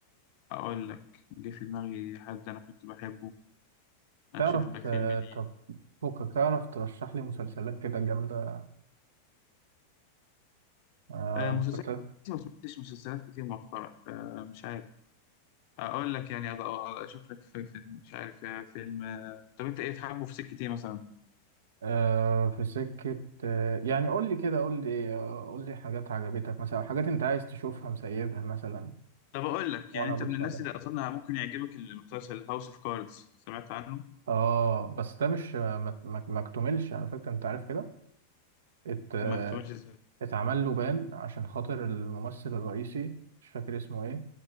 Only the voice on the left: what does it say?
اقول لك جه في دماغي حد انا كنت بحبه اشوف
لك فيلم
ليه
آه مسلسلات
ما سمعتش مسلسلات كتير مؤخرا آه مش عارف اقول لك يعني أض- أض- اشوف لك في, في مش عارف آه، فيلم آه، طب انت ايه بتحبه في سكة ايه مثلا
طب اقول لك
يعني انت
من الناس
اللي اظن ممكن يعجبك المسلسل هاوس اوف كاردز سمعت عنه
ما كتبتش ازاي ايوه